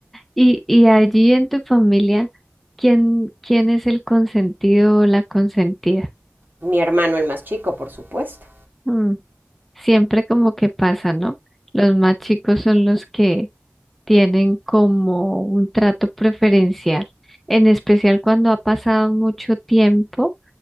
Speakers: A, in the centre; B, on the right (about 45°).
A: Y, y allí en tu familia, ¿quién, quién es el consentido o la consentida?
B: Mi hermano el más chico, por supuesto.
A: Mm, siempre como que pasa, ¿no? Los más chicos son los que tienen como un trato preferencial, en especial cuando ha pasado mucho tiempo